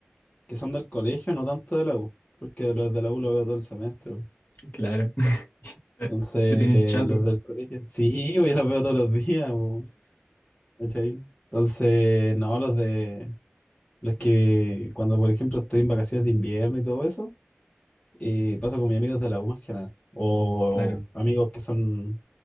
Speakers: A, on the left (about 30°); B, on the left (about 50°).
A: que son del colegio, no tanto de la U, porque los de la U los veo todo el semestre. weón.
B: Claro. <laughs>
A: Entonces,
B: Te tienen chato.
A: los del colegio, sí, <laughs> yo los veo todos los días. weón, ¿Cachai? Entonces, no, los de, Es que cuando, por ejemplo, estoy en vacaciones de invierno y todo eso, eh, paso con mis amigos de la U más que nada. O
B: Claro.
A: amigos que son,